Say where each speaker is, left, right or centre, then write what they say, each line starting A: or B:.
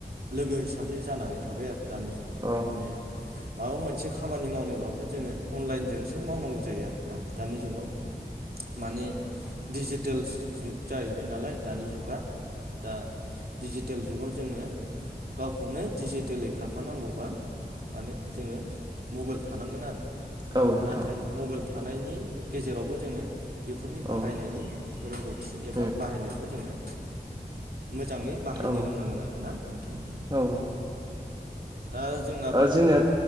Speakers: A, on the right (about 60°); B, on the right (about 25°).
A: लोगो हिसाबै जानानै थाबाय आरो दानि जुगाव
B: औ
A: माने माबा मोनसे खामानि मावनोबाबो जोंङो अनलाइनजोंसो मावनांगौ जायो आरो ना दानि जुगाव माने डिजिटेल जुग जाहैबाय नालाय दानि जुगा दा दिडिजिटेल जुगाव जोंङो गावखौनो डिजिटेेललि खारफानांगौबा माने जोंङो मबाइल थानांगोन आरो
B: औ नोंथां
A: नाथाय मबाइल थानायनि गेजेरावबो जोंङो बेफोरनि
B: औ
A: बाहायनायनि रोंगौथि एबा
B: उम
A: बाहायनायखौ जोंङो मोजाङै बाहायनो
B: औ
A: रोंनांगोन आरो ना नोंथां
B: औ
A: दा जोंना
B: जोंनि